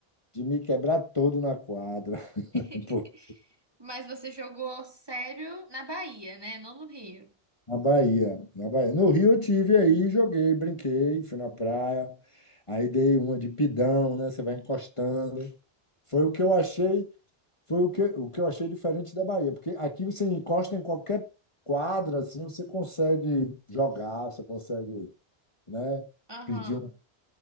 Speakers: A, on the left; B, on the right.
A: de me quebrar todo na quadra, <laughs>
B: <laughs>
A: pô,
B: Mas você jogou sério na Bahia, né? Não no Rio.
A: na Bahia, na Bahia. No Rio eu tive aí, joguei, brinquei, fui na praia. Aí dei uma de pidão, né? Você vai encostando. Foi o que eu achei Foi o que, o que eu achei diferente da Bahia, porque aqui você encosta em qualquer quadra, assim, você consegue jogar, você consegue, né,
B: Aham.
A: pedir um.